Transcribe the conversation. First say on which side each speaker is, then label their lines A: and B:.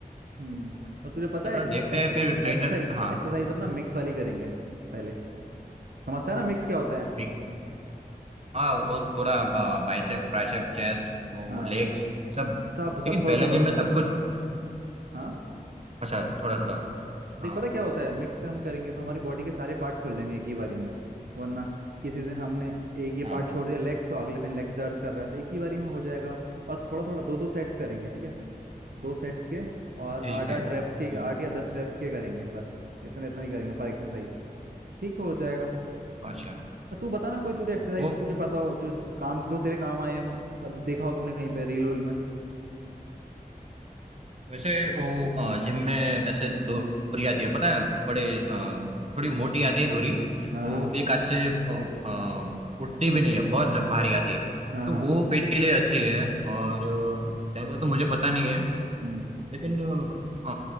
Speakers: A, on the right (about 75°); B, on the right (about 45°).
A: हम्म और तुझे पता
B: चलो
A: है एक्सरसाइज
B: देखते हैं फिर ट्रेनर हाँ
A: एक्सरसाइज अपना मिक्स वाली करेंगे पहले समझता है ना मिक्स क्या होता है
B: बिग- हाँ वो थोड़ा बाइसेप ट्राइसेप चेस्ट वो
A: हाँ
B: लेग्स सब
A: सब सब
B: लेकिन
A: थोड़ा
B: पहले
A: थोड़ा
B: दिन में सब कुछ
A: हाँ
B: अच्छा थोड़ा थोड़ा हाँ
A: देख पता क्या होता है मिक्स हम करेंगे तो हमारी बॉडी के सारे पार्ट्स खुल जाएंगे एक ही बारी में वरना किसी दिन हमने एक ये
B: हाँ
A: पार्ट छोड़ दिया लेग्स तो अगले दिन लेग्स दर्द कर रहा है तो एक ही बारी में हो जाएगा और थोड़ा थोड़ा दो दो सेट्स करेंगे ठीक है दो सेट्स के और
B: ठीक
A: आठ
B: है
A: आठ
B: हम्म
A: रेप्स के आठ या दस रेप्स के करेंगे बस इतना इतना ही करेंगे पर एक्सरसाइज ठीक हो जाएगा
B: अच्छा
A: और तू बता ना कोई तुझे एक्सरसाइज
B: वो
A: तुझे पता हो जो जो काम जो तेरे काम आए हम- कब देखा हो तूने कहीं पे रील वील में
B: वैसे वो अ, जिम में ऐसे डोरी आती है पता है बड़े अ, थोड़ी मोटी
A: हाँ
B: आती है डोरी
A: हाँ
B: वो
A: हाँ
B: एक हाथ से अ, अ, उठती भी नहीं है बहुत जब भारी आती है
A: हाँ
B: तो
A: हाँ,
B: वो पेट के लिए अच्छी है और अ, ज्यादा तो मुझे पता नहीं है
A: हम्म
B: लेकिन अ,